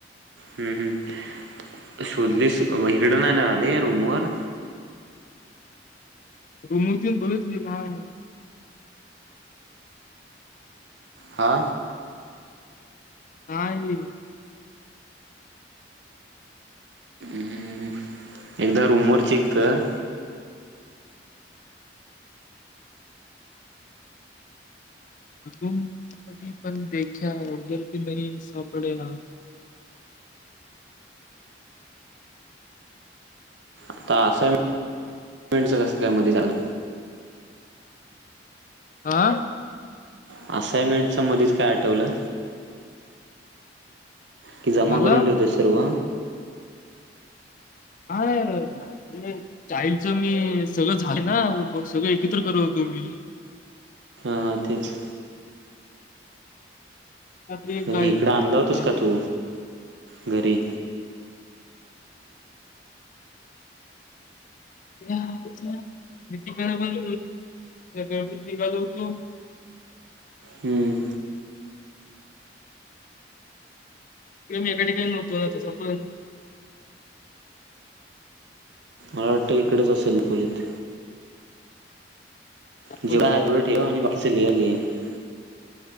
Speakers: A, on the right (about 75°); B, on the left (about 45°).
A: हम्म हम्म शोधलीस इकडे नाही ना राहाली रूमवर
B: त मूर्तीन बोलतली नाय.
A: हा.
B: हा ये.
A: हम्म. एकदा रूमवर चेक कर.
B: रूम मधी पण देख्या उदर भी नाही सापड्या.
A: आता असेंटच <unintelligible> कसं काय मध्ये झालं.
B: आ
A: असाइनमेंटच मध्येच काय आठवलं? की जमा
B: मला
A: करून ठेवतेय सर्व?
B: हा हे चाइल्ड मी सगळं झालं ना सगळं एकत्र करत होतो मी.
A: हा तेथच.
B: रात्री
A: आणि
B: गायब
A: इकडं
B: व्हायचा
A: आणलं
B: आता
A: होतस का तू घरी?
B: <unintelligible> मी तिकडे पण गर्दीत निघाल होतो.
A: हम्म.
B: तिकडं मी एका ठिकाणी नव्हतो तसा पण.
A: मला वाटतं इकडेच असेल खोलीत.
B: दाखवली
A: जिकड आहे तेवढं ठेवा आणि <unintelligible>